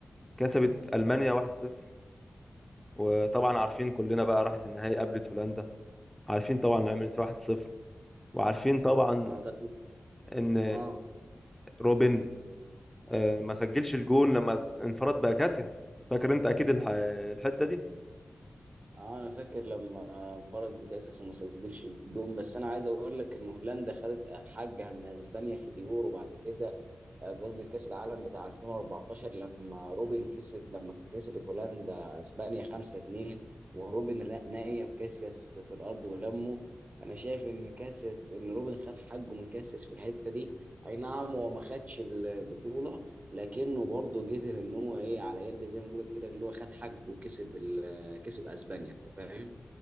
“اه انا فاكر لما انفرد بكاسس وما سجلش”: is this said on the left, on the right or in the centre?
Right